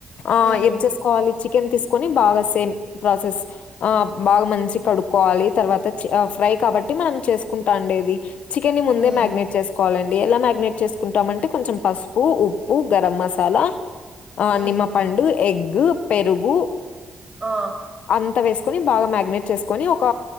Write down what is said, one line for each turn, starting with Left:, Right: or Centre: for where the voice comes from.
Left: ఆ
Right: హ్మ్
Left: ఏం చేసుకోవాలి చికెన్ తీసుకొని బాగా సేమ్ ప్రాసెస్ ఆ బాగా మంచి కడుక్కోవాలి తర్వాత ఫ్రై కాబట్టి మనం చేసుకుంటా అండేది చికెన్ని ముందే
Right: హ్మ్
Left: మ్యాగ్నేట్ చేసుకో వాలండి ఎలా మ్యాగ్నేట్ చేసుకుంటామంటే కొంచెం పసుపు ఉప్పు గరం మసాలా ఆ
Right: హ్మ్
Left: నిమ్మపండు ఎగ్ పెరుగు
Right: ఆ
Left: అంత వేసుకొని బాగా మ్యాగ్నేట్ చేసుకొని ఒక